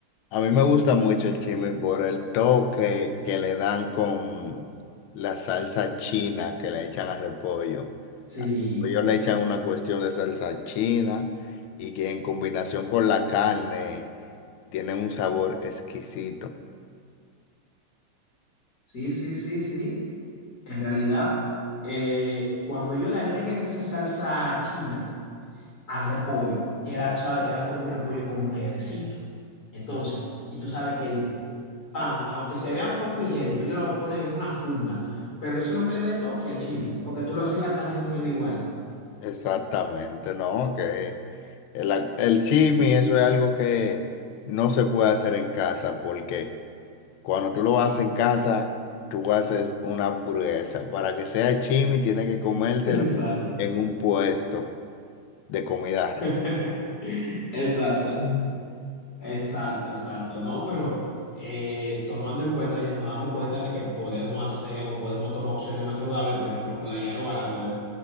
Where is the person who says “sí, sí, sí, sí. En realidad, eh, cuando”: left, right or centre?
Left